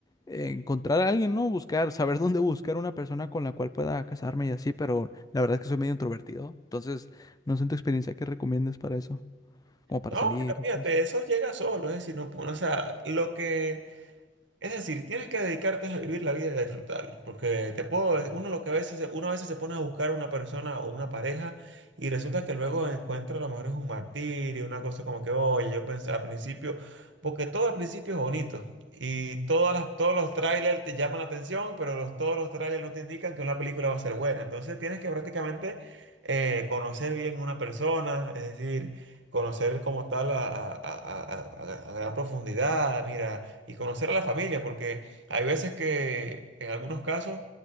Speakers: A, on the left; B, on the right.
A: eh, encontrar a alguien, ¿no? Buscar, saber <laughs> dónde buscar una persona con la cual pueda casarme y así, pero la verdad es que soy medio introvertido. Entonces, no sé en tu experiencia qué recomiendas para eso, como para
B: No,
A: salir
B: mira,
A: y
B: fíjate,
A: conocer.
B: eso llega solo, es decir, no, pu- o sea, lo que... Es decir, tienes que dedicarte a vivir la vida y a disfrutarlo, porque te puedo, uno lo que a veces, se- uno a veces se pone a buscar a una persona o una pareja y resulta que luego encuentra a lo mejor es un martirio, una cosa como que, oye, yo pensé al principio, porque todo al principio es bonito y todas las, todos los trailers te llaman la atención, pero los, todos los trailers no te indican que una película va a ser buena, entonces tienes que prácticamente eh, conocer bien a una persona, es decir, conocer como tal a a- a- a- a- a gran profundidad, mira y conocer a la familia, porque hay veces que en algunos casos